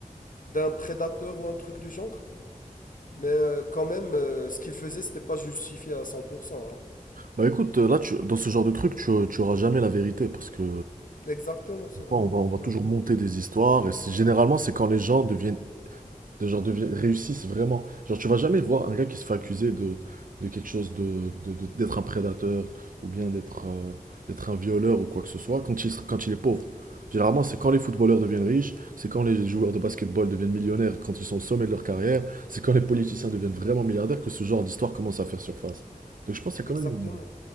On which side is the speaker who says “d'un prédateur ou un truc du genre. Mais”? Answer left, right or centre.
Left